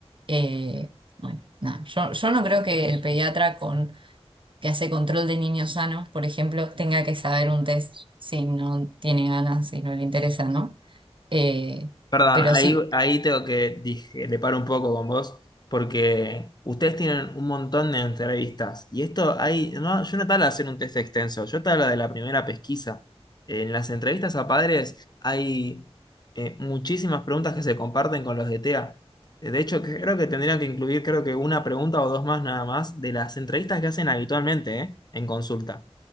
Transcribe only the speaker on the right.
eh, bueno, nada, yo, yo no creo que el pediatra con, que hace control de niños sanos, por ejemplo, tenga que saber un test si no tiene ganas, si no le interesa, ¿no? Eh,
pero
sí.